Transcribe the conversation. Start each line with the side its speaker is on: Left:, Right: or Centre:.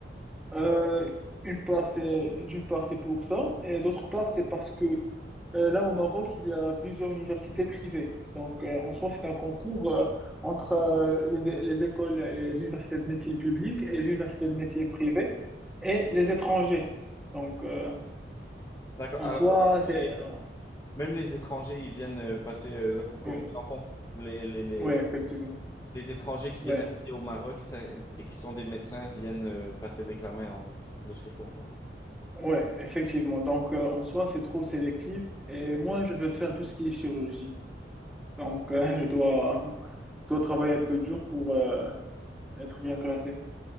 Centre: Euh, une part, c'est, d'une part, c'est pour ça, et d'autre part, c'est parce que euh, là, au Maroc, il y a plusieurs universités privées. Donc, euh, en soi, c'est un concours euh, entre euh, les, les écoles, les universités de médecine publique et les universités de médecine privée et les étrangers. Donc, euh,
Left: D'accord.
Centre: en
Left: Alors,
Centre: soi,
Left: les-
Centre: c'est... euh,
Left: même les étrangers, ils viennent euh, passer euh, le concours,
Centre: Oui,
Left: mais en fond, les, les, les,
Centre: ouais, effectivement.
Left: Les étrangers qui
Centre: Ouais,
Left: viennent habiter au Maroc ça- et qui sont des médecins viennent euh, passer l'examen, en bref, de ce que je comprends.
Centre: ouais, effectivement. Donc, euh, en soi, c'est trop sélectif. Et moi, je veux faire tout ce qui est chirurgie. Donc, euh, <laughs> je dois, dois travailler un peu dur pour, euh, être bien classé.